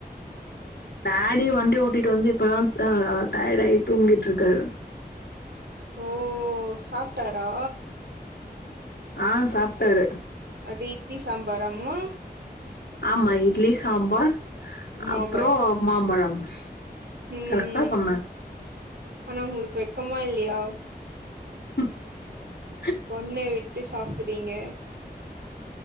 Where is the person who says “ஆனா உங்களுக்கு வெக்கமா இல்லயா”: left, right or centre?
Right